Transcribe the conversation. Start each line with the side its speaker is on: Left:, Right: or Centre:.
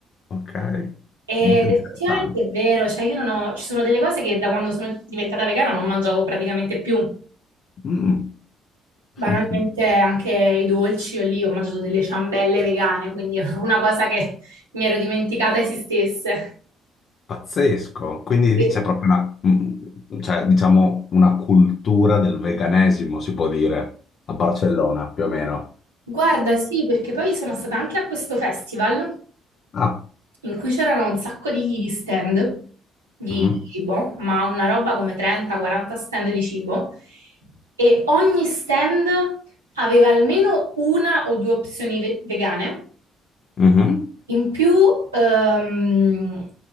Left: Ok,
Right: ed
Left: molto
Right: effettivamente
Left: interessante.
Right: è vero, cioè io non ho, ci sono delle cose che da quando sono diventata vegana non mangiavo praticamente più.
Left: Mm. <laughs>
Right: Banalmente anche i dolci, io lì ho mangiato delle ciambelle vegane, quindi è una cosa che mi ero dimenticata esistesse.
Left: Pazzesco, quindi lì
Right: E-
Left: c'è proprio una, mm, cioè, diciamo, una cultura del veganesimo, si può dire, a Barcellona, più o meno.
Right: Guarda, sì, perché poi sono stata anche a questo festival.
Left: Ah,
Right: in cui c'erano un sacco di, di stand di
Left: mhm,
Right: cibo, ma una roba come 30-40 stand di cibo, e ogni stand aveva almeno una o due opzioni ve- vegane
Left: mhm.
Right: in più ehm,